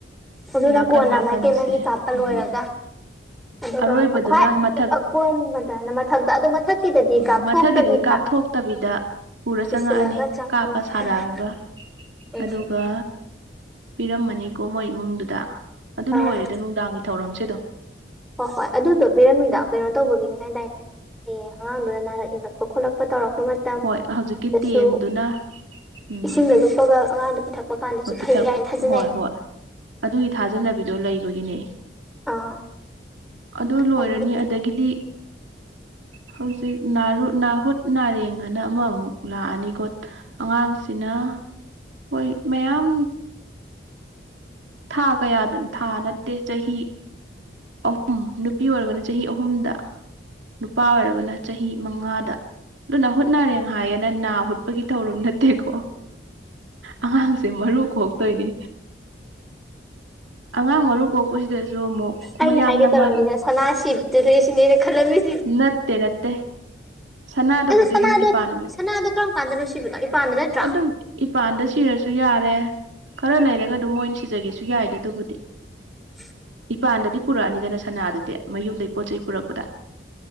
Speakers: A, in the centre; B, on the right (about 85°).
A: ꯑꯗꯨꯅ
B: ꯅꯥꯀꯟ
A: ꯀꯣꯟꯅ
B: ꯅꯥꯀꯟꯁꯦ
A: ꯃꯥꯏꯀꯩ ꯃꯥꯔꯤ ꯀꯥꯞꯄ
B: ꯎꯝ
A: ꯂꯣꯏꯔꯒ ꯑꯗꯨꯒ
B: ꯑꯔꯣꯏꯕꯗꯨꯅ
A: ꯑꯛ ꯈ꯭ꯋꯥꯏ
B: ꯃꯊꯛ
A: ꯑꯀꯣꯟꯕꯗꯅ ꯃꯊꯛꯇ ꯑꯗꯨ ꯃꯥꯊꯛꯀꯤꯗꯗꯤ
B: ꯎꯝ
A: ꯀꯥꯞꯊꯣꯛꯇꯕꯤꯗ
B: ꯃꯊꯛꯀꯤꯗꯨꯗꯤ ꯀꯥꯞꯊꯣꯛꯇꯕꯤꯗ ꯄꯨꯔ
A: ꯄꯨꯁꯤꯜꯂꯒ
B: ꯆꯪꯉꯛꯑꯅꯤ
A: ꯆꯪꯀꯅꯤ
B: ꯀꯥꯞꯄ ꯁꯥꯔꯑꯨꯝꯒ
A: ꯑꯗꯨ ꯎꯝ
B: ꯑꯗꯨꯒ ꯄꯤꯔꯝꯃꯅꯤꯀꯣ ꯃꯣꯏ ꯏꯃꯨꯡꯗꯨꯗ ꯑꯗꯨ
A: ꯑꯥ
B: ꯂꯣꯏꯔꯦꯗ ꯅꯨꯡꯗꯥꯡꯒꯤ ꯊꯧꯔꯝꯁꯤ ꯑꯗꯨꯝ
A: ꯍꯣꯏ ꯍꯣꯏ ꯑꯗꯨꯗꯣ ꯄꯤꯔꯝꯃꯤꯗꯣ ꯀꯩꯅꯣ ꯇꯧꯕꯒꯤꯅꯤ ꯍꯥꯏꯗꯥꯏꯅꯦ ꯎꯝ ꯍꯌꯦꯡ ꯑꯉꯥꯡꯗꯨꯗ ꯅꯥꯔꯛ ꯌꯦꯛꯂꯛ ꯄ ꯈꯣꯠꯂꯛꯄ ꯇꯧꯔꯛꯄ ꯃꯇꯝꯗꯁꯨ
B: ꯍꯣꯏ ꯍꯧꯖꯤꯛꯀꯤ ꯇꯦꯟꯗꯨꯅ ꯎꯝ
A: ꯏꯁꯤꯡꯗꯁꯨ ꯄꯒ ꯑꯥꯉꯡꯗꯨ ꯄꯤꯊꯛꯄ ꯀꯥꯟꯗꯁꯨ
B: ꯍꯣꯏ ꯄꯤꯊꯛ
A: ꯐꯩ ꯀꯥꯏꯅ ꯊꯥꯖꯅꯩ
B: ꯍꯣꯏ ꯍꯣꯏ ꯑꯗꯨꯒꯤ ꯊꯥꯖꯅꯕꯤꯗꯣ ꯂꯩꯕꯒꯤꯅꯦ꯫
A: ꯑꯥ
B: ꯑꯗꯨ ꯂꯣꯏꯔꯅꯤ
A: ꯍꯥꯏꯗꯤ
B: ꯑꯗꯒꯤꯗꯤ ꯍꯧꯖꯤꯛ ꯅꯥꯔꯨꯠ ꯅꯥꯍꯨꯠ ꯅꯥꯔꯦꯡꯑꯅ ꯑꯃ ꯑꯃꯨꯛ ꯂꯥꯛꯑꯅꯤꯀꯣ ꯑꯉꯥꯡꯁꯤꯅ ꯍꯣꯏ ꯃꯌꯥꯝ ꯊꯥ ꯀꯌꯥꯗꯅꯣ ꯊꯥ ꯅꯠꯇꯦ ꯆꯍꯤ ꯑꯍꯨꯝ ꯅꯨꯄꯤ ꯑꯣꯏꯔꯒꯅ ꯆꯍꯤ ꯑꯍꯨꯝꯗ ꯅꯨꯄꯥ ꯑꯣꯏꯔꯒꯅ ꯆꯍꯤ ꯃꯉꯥꯗ ꯑꯗꯨ ꯅꯥꯍꯨꯠ ꯅꯥꯔꯦꯡ ꯍꯥꯏꯌꯦꯅ ꯅꯥ ꯍꯨꯠꯄꯒꯤ ꯊꯧꯔꯝ ꯅꯠꯇꯦꯀꯣ ꯑꯉꯥꯡꯁꯦ ꯃꯔꯨ ꯀꯣꯛꯇꯣꯏꯅꯦ ꯑꯉꯥꯡ ꯃꯔꯨ ꯀꯣꯛꯄꯁꯤꯗꯁꯨ ꯑꯃꯨꯛ
A: ꯑꯩꯅ
B: ꯃꯌꯥꯝꯅ
A: ꯍꯥꯏꯒꯦ ꯇꯧꯔꯝꯃꯤꯁꯦ
B: ꯃ
A: ꯁꯅꯥ ꯁꯤꯕꯤ ꯑꯗꯨꯗꯩꯩ ꯑꯩꯁꯨꯅꯤꯅ ꯈꯥꯜꯂꯝꯅꯤ
B: ꯅꯠꯇꯦ ꯅꯠꯇꯦ ꯁꯅꯥꯗꯨꯕꯨꯗꯤ
A: ꯑꯗꯣ ꯁꯅꯥꯗꯣ
B: ꯑꯗꯨꯝ ꯏꯄꯥꯟ ꯅꯨꯃꯤꯠ
A: ꯁꯅꯥꯗꯣ ꯀꯔꯝ ꯀꯥꯟꯗꯅꯣ ꯁꯤꯕꯅꯣ ꯏꯄꯥꯥꯟꯗ ꯅꯠꯇ꯭ꯔꯣ
B: ꯑꯗꯨꯝ ꯏꯄꯥꯟꯗ ꯁꯤꯔꯁꯨ ꯌꯥꯔꯦ ꯈꯔ ꯂꯩꯔꯒ ꯑꯗꯨꯝ ꯃꯣꯏꯅ ꯁꯤꯖꯒꯦꯁꯨ ꯌꯥꯏꯗꯣ ꯑꯗꯨꯕꯨꯗꯤ꯫
A: <inaudible>
B: ꯏꯄꯥꯟꯗꯗꯤ ꯄꯨꯔꯛꯑꯅꯤꯗꯅ ꯁꯅꯥꯗꯨꯗꯤ ꯃꯌꯨꯝꯗꯩ ꯄꯣꯠ ꯆꯩ ꯄꯨꯔꯛꯄꯗ꯫